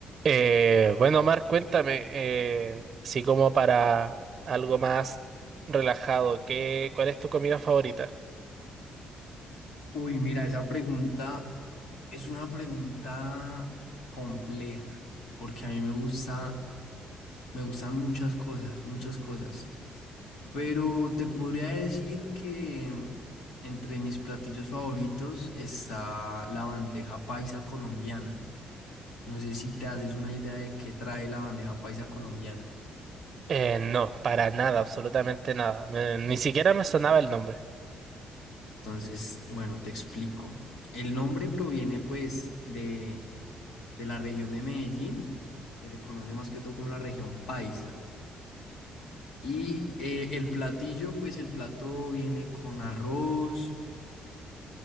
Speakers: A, on the right (about 45°); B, on the left (about 75°).
A: Eh, bueno, Omar, cuéntame, eh, así como para algo más relajado, ¿qué, cuál es tu comida favorita?
B: Uy, mira, esa pregunta es una pregunta compleja, porque a mí me gusta, me gustan muchas cosas, muchas cosas. Pero te podría decir que mm, entre mis platillos favoritos está la bandeja paisa colombiana. No sé si te haces una idea de qué trae la bandeja paisa colombiana.
A: Eh, no, para nada, absolutamente nada. Me- ni siquiera me sonaba el nombre.
B: Entonces, bueno, te explico. El nombre proviene pues de, de la región de Medellín, se le conoce más que todo como la región paisa. Y eh, el platillo, pues el plato viene con arroz,